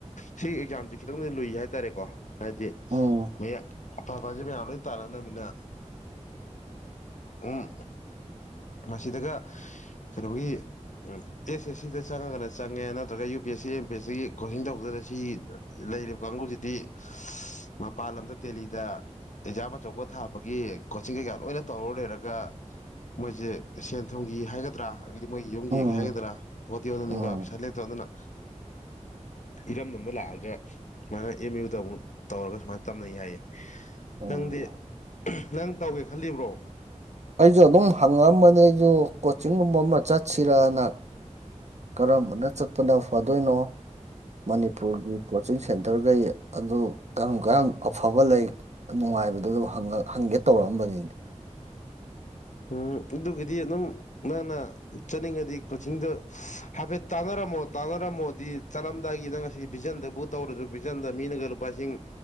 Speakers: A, on the left (about 75°); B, on the right (about 65°).
A: ꯁꯤ ꯑꯦꯛꯖꯥꯝꯁꯦ ꯈꯤꯇꯪ ꯂꯨꯏ ꯍꯥꯏꯇꯥꯔꯦꯀꯣ ꯍꯥꯏꯗꯤ
B: ꯎꯝ
A: ꯃꯤꯌ ꯑꯐꯥꯐꯖꯦ ꯃꯌꯥꯝ ꯂꯣꯏ ꯇꯥꯟꯅꯅꯤꯅ ꯎꯝ
B: <unintelligible>
A: ꯃꯁꯤꯗꯒ ꯀꯩꯅꯣꯒꯤ ꯑ ꯑꯦꯁ ꯑꯦꯁ ꯁꯤꯗ ꯆꯪꯉꯒꯅ ꯆꯪꯉꯦ ꯅꯠꯇ꯭ꯔꯒ U P S C M P ꯑꯦꯁꯒꯤ coaching ꯇꯧꯗꯅ ꯁꯤ ꯂꯩꯔꯤꯕ ꯀꯥꯡꯕꯨꯁꯤꯗꯤ ꯃꯄꯥꯟ ꯂꯝꯗ ꯗꯦꯜꯂꯤꯗ ꯑꯦꯛꯖꯥꯝ ꯑꯆꯧꯕ ꯊꯥꯕꯒꯤ ꯀꯣꯆꯤꯡ ꯀꯩꯀꯥ ꯂꯣꯏꯅ ꯇꯧꯔ ꯂꯩꯔꯒ ꯃꯣꯏꯁꯦ ꯁꯦꯟ ꯊꯨꯝꯒꯤ ꯍꯥꯏꯒꯗ꯭ꯔꯥ ꯑꯗꯒꯤꯗꯤ ꯃꯣꯏꯒꯤ ꯌꯨꯝꯒꯤ
B: ꯎꯝ
A: ꯀꯩ ꯍꯥꯏꯒꯗ꯭ꯔꯥ ꯍꯣꯠꯇꯤ ꯍꯣꯠꯅꯅꯤꯡꯕ
B: ꯎꯝ
A: ꯄꯩꯁꯥ ꯂꯩꯇꯕ ꯑꯗꯨꯅ ꯏꯔꯝꯗꯝꯗ ꯂꯥꯛꯑꯒ ꯁꯨꯃꯥꯏꯅ ꯑꯦꯝ ꯌꯨꯗ ꯑꯃꯨꯛ ꯇꯧꯔꯒ ꯁꯨꯃꯥꯏꯅ ꯇꯝꯅꯩ ꯍꯥꯏꯌꯦ
B: ꯎꯝ
A: ꯅꯪꯗꯤ ꯅꯪ ꯇꯧꯒꯦ ꯈꯜꯂꯤꯕ꯭ꯔꯣ
B: ꯑꯩꯁꯨ ꯑꯗꯨꯝ ꯍꯪꯉꯛ ꯑꯝꯕꯅꯤ ꯑꯩꯁꯨ ꯀꯣꯆꯤꯡꯒꯨꯝꯕ ꯑꯃ ꯆꯠꯁꯤꯔꯅ ꯀꯔꯝꯕꯅ ꯆꯠꯄꯅ ꯐꯗꯣꯏꯅꯣ ꯃꯅꯤꯄꯨꯔꯒꯤ ꯄꯣꯠ ꯆꯤꯡ ꯁꯦꯟꯇꯔꯒꯩ ꯑꯗꯨ ꯀꯔꯝ ꯀꯟ ꯑꯐꯕ ꯂꯩ ꯅꯨꯡꯉꯥꯏꯕꯗꯨ ꯑꯗꯨ ꯍꯪꯒꯦ ꯇꯧꯔꯛ ꯑꯝꯕꯅꯤꯅꯦ
A: ꯎꯝ ꯑꯗꯨꯒꯤꯗꯤ ꯑꯗꯨꯝ ꯅꯪꯅ ꯆꯠꯅꯤꯡꯉꯗꯤ ꯀꯣꯆꯤꯡꯗꯣ ꯍꯥꯏꯐꯦꯠ ꯇꯥꯟꯅꯔ ꯇꯝꯃꯣ ꯇꯥꯟꯅꯔꯝꯃꯣꯗꯤ ꯆꯠꯂꯝꯗꯥꯏꯒꯤ ꯉꯁꯤ ꯚꯤꯖꯟꯗꯕꯨ ꯇꯧꯔꯁꯨ ꯚꯤꯖꯟꯗ ꯃꯤꯅꯒ ꯂꯨꯄꯥꯁꯤꯡ